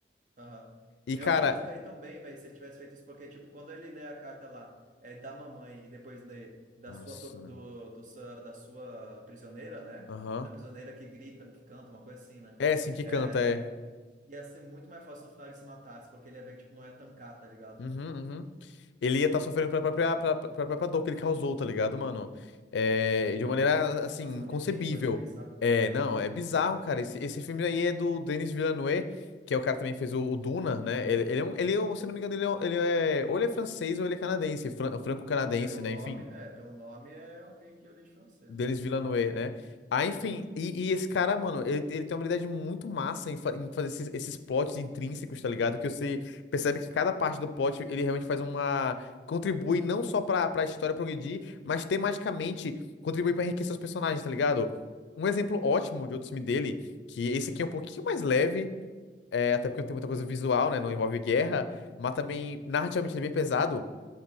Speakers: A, on the right (about 45°); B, on the left (about 80°).
A: Aham.
B: E,
A: Eu
B: cara.
A: acho que ia ficar aí tão bem, velho, se ele tivesse feito isso, porque, tipo, quando ele lê a carta lá, é da mamãe e depois lê da
B: Nossa.
A: sua, tor- do, do sa- da sua prisioneira, né?
B: Aham.
A: Da prisioneira que grita, que canta, uma coisa assim, né?
B: É, sim, que
A: É,
B: canta, é.
A: ia ser muito mais fácil no final ele se matasse, porque ele ia ver que, tipo, não ia tancar, tá ligado?
B: Uhum, uhum. ele ia estar sofrendo pela própria, pela, pela própria dor que ele causou, tá ligado, mano? É,
A: Sim.
B: de uma maneira, assim,
A: Nossa, me
B: inconcebível.
A: arrepiei só de pensar no
B: É,
A: filme.
B: não, é bizarro,
A: credo.
B: cara. Esse, esse filme aí é do Denis Villeneuve, que é o cara que também fez o, o Duna, né? Ele, ele, é um, ele é um- se não me engano, ele é, um- ele é- ou ele é francês ou ele é canadense, fran- franco-canadense,
A: Pelo nome,
B: né? Enfim.
A: é, pelo nome é alguém de origem francesa.
B: Denis Villeneuve, né? Ah, enfim, e, e esse cara, mano, ele, ele tem uma habilidade muito massa em, fa- em fazer esses, esses plots intrínsecos, tá ligado? Que você percebe que cada parte do plot ele realmente faz uma. Contribui não só pra, pra história progredir, mas tematicamente contribui pra enriquecer os personagens, tá ligado? Um exemplo ótimo de outro filme dele, que esse aqui é um pouquinho mais leve, é, até porque não tem muita coisa visual, né? Não envolve guerra, mas também narrativamente ele é bem pesado.